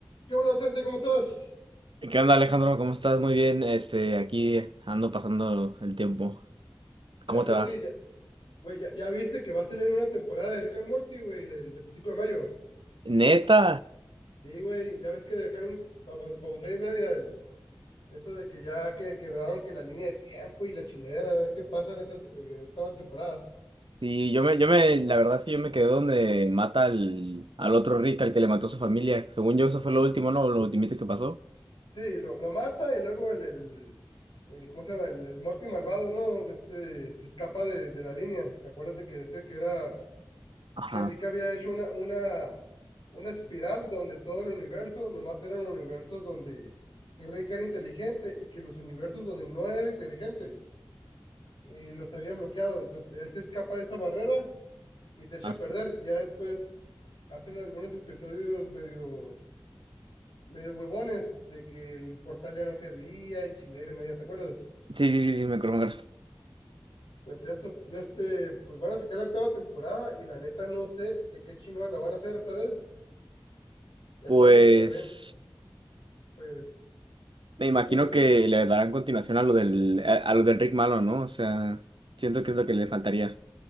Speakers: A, on the left (about 75°); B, on the right (about 75°).
A: ¿Qué onda, Santi? ¿Cómo estás?
B: ¿Qué onda, Alejandro? ¿Cómo estás? Muy bien. Este, aquí ando pasando el tiempo.
A: Mira,
B: ¿Cómo
A: Santi,
B: te va?
A: ya, güey, ya, ya viste que va a salir una temporada de Rick and Morty, güey, el 25 de mayo.
B: Neta.
A: Sí, güey, ya ves que dejaron babos- babosada y media el- eso de que ya que quebraron que la línea de tiempo y la chingadera, a ver qué pasa en esa eh, octava temporada.
B: Sí, yo me, yo me, la verdad es que yo me quedé donde mata al, al otro Rick, al que le mató a su familia. Según yo, eso fue lo último, ¿no? Lo ultimito que pasó.
A: Sí, lo, lo mata y luego el, el, el- ¿cómo se llama? El, el Morty malvado, ¿no? De este, se escapa de, de la línea. Que acuérdate que decía que era
B: Ajá.
A: que Rick había hecho una, una, una espiral donde todo el universo, nomás eran universos donde Rick era inteligente y que los universos donde no era inteligente eh, los habían bloqueado. Entonces él se escapa de esa barrera y se echa
B: Ah,
A: a perder. Ya después hacen algunos episodios medio, medio huevones de que el portal ya no servía y chingadera media, ¿te acuerdas?
B: sí, sí, sí, sí, me acuerdo. me acuerdo.
A: Pues eso, de este, pues van a sacar la octava temporada y la neta no sé de qué chingados la van a hacer esta vez. Y
B: Pues
A: acuérdate que también, pues,
B: me imagino
A: ¿Qué vas a decir?
B: que le darán continuación a lo del, a, a lo del Rick malo, ¿no? O sea, siento que es lo que le faltaría.